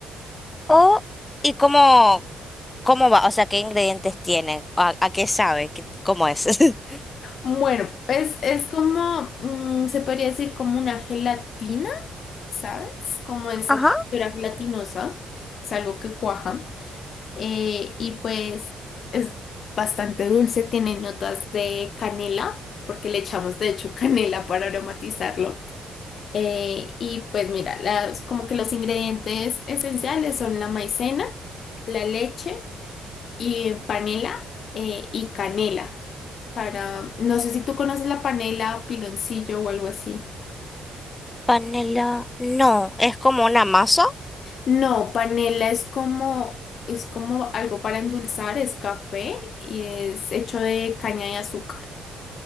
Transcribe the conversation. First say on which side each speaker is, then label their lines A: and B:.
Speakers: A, on the left (about 20°); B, on the left (about 55°).
A: Oh, ¿y cómo, cómo va? O sea, ¿qué ingredientes tienen, ¿A, a qué sabe? ¿Qué- cómo es? <laughs>
B: Bueno, pues es como, mm, se podría decir como una gelatina, ¿sabes? Como esa
A: Ajá.
B: textura gelatinosa, es algo que cuaja. Eh, y pues es bastante dulce, tiene notas de canela, porque le echamos de hecho <laughs> canela para aromatizarlo. Eh, y pues mira, las, como que los ingredientes esenciales son la maicena, la leche y panela eh, y canela. Para, no sé si tú conoces la panela, piloncillo o algo así.
A: Panela. No, es como una masa.
B: No, panela es como, es como algo para endulzar, es café y es hecho de caña de azúcar.